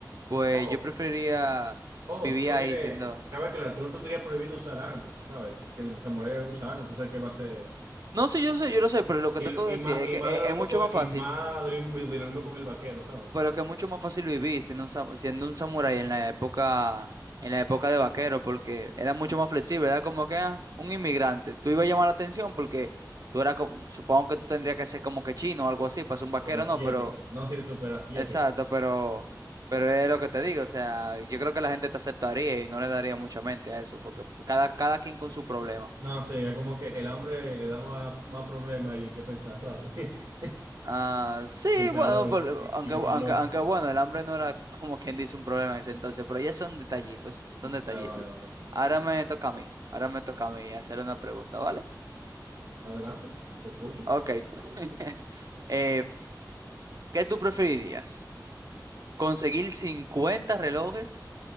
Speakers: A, on the right; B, on the right.
A: pues
B: Ojo,
A: yo preferiría
B: ojo,
A: vivir
B: tú no
A: ahí
B: tienes,
A: siendo...
B: cabe aclarar, tú no tendrías prohibido usar armas, ¿sabes? Que el samurái usa armas, pues es que va a ser...
A: No sé, yo sé, yo lo sé, pero lo que
B: Y,
A: trato
B: el, y,
A: de decir
B: más,
A: es
B: y
A: que
B: más
A: e-
B: de lo
A: es,
B: mismo
A: mucho
B: con,
A: más
B: el,
A: fácil,
B: y más de lo de lo mismo con el vaquero, ¿sabes?
A: pero que es mucho más fácil vivir siendo un, sam- siendo un samurái en la época, en la época de vaquero, porque era mucho más flexible, era como que ah, un inmigrante. Tú ibas a llamar la atención porque tú eras, como- supongo que tú tendrías que ser como que chino o algo así, para ser un vaquero,
B: Superasiático.
A: no, pero...
B: No, sí, superasiático.
A: Exacto, pero, pero es lo que te digo, o sea, yo creo que la gente te aceptaría y no le daría mucha mente a eso, porque pues, cada, cada quien con su problema.
B: No, sí, es como que el hambre le da más, más problemas y en qué pensar, ¿sabes? <laughs>
A: Ah, sí,
B: Y el calor,
A: bueno, por-
B: y,
A: aunque,
B: y el
A: aunque,
B: calor.
A: aunque bueno, el hambre no era como quien dice un problema en ese entonces, pero ya son detallitos, son
B: Y,
A: detallitos.
B: ah, vale, vale, sí.
A: Ahora me toca a mí, ahora me toca a mí hacer una pregunta, ¿vale?
B: Adelante, te escucho.
A: Ok. <laughs> Eh, ¿qué tú preferirías? ¿Conseguir 50 relojes